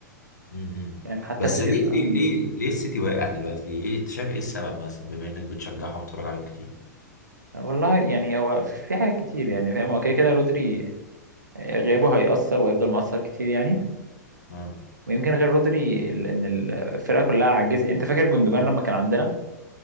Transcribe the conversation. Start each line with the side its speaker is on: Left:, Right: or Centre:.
Left: أمم.
Right: فاهم حتى
Left: بس
Right: السيتي
Left: ليه ليه
Right: مم.
Left: ليه ليه السيتي واقع دلوقتي ايه انت شايف ايه السبب مثلا بما انك بتشجعهم وبتتفرج عليهم كتير
Right: والله يعني هو في حاجات كتير يعني فاهم هو كده كده رودري آه، غيابه هيأثر ويفضل مؤثر كتير يعني
Left: اه
Right: ويمكن غير رودري ال- ان الفرقة كلها عجزت انت فاكر جندوجان لما كان عندنا